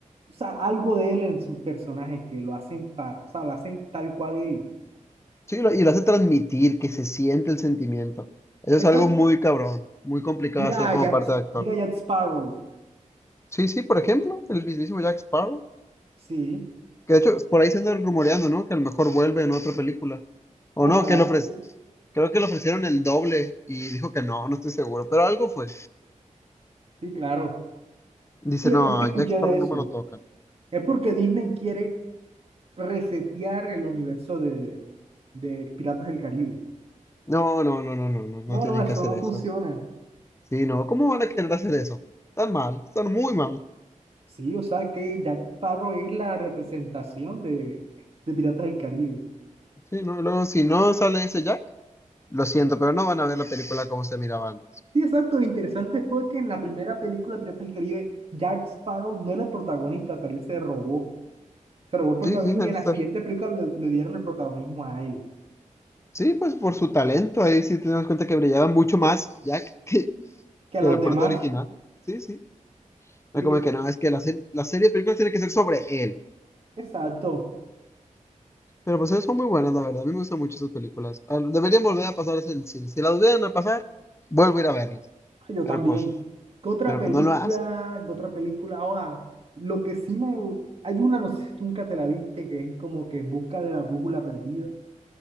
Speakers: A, on the right (about 45°); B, on the left (about 20°).
A: o sea, algo de él en sus personajes que lo hacen, ta- o sea, lo hacen tal cual él.
B: Sí, lo- y lo hace transmitir, que se siente el sentimiento. Eso
A: Esa,
B: es algo muy cabrón, muy complicado
A: mira
B: de hacer
A: a
B: como
A: Jack,
B: parte de actor.
A: mira a Jack Sparrow.
B: Sí, sí, por ejemplo, el mismísimo Jack Sparrow.
A: Sí,
B: Que de hecho, por ahí se anda rumoreando, ¿no? Que a lo mejor vuelve en otra película. O
A: ojalá
B: no, que le
A: que
B: ofrece.
A: sí.
B: Creo que le ofrecieron el doble y dijo que no, no estoy seguro, pero algo fue.
A: Sí, claro. Sí,
B: Dice,
A: yo
B: no,
A: también
B: a
A: escuché
B: Jack Sparrow
A: de
B: no
A: eso.
B: me lo tocan.
A: Es porque Disney quiere resetear el universo de, de Piratas del Caribe.
B: No, no, no, no, no, no, no
A: No,
B: tienen
A: no, eso
B: que hacer
A: no
B: eso.
A: funciona.
B: Sí, no, ¿cómo van a querer hacer eso? Están mal, están muy mal.
A: Sí, o sea que Jack Sparrow es la representación de, de Piratas del Caribe.
B: Sí, no, luego si no sale ese Jack, lo siento, pero no van a ver la película como se miraba antes.
A: Sí, exacto. Lo interesante fue que en la primera película Piratas del Caribe, Jack Sparrow no era el protagonista, pero él se robó, se robó el protagonismo
B: Sí, sí, debe
A: y en la
B: ser.
A: siguiente película le, le dieron el protagonismo a él,
B: Sí, pues por su talento, ahí sí tenemos cuenta que brillaba mucho más Jack que,
A: que a
B: que
A: los
B: el
A: demás.
B: puerto original. Sí, sí.
A: Listo.
B: No, como que no, es que la, se- la serie de películas tiene que ser sobre él.
A: Exacto.
B: Pero pues son muy buenas, la verdad. A mí me gustan mucho esas películas. Ah, Deberían volver a pasarlas en el cine. Si las volvieran a pasar, vuelvo a ir a verlas.
A: Ah, Yo
B: Pero
A: también.
B: pues,
A: ¿Qué otra
B: pero
A: película?
B: pues no lo hacen.
A: ¿Qué otra película? Ahora, lo que sí me... Hay una, no sé si tú nunca te la viste, que es como que en busca de la brújula perdida.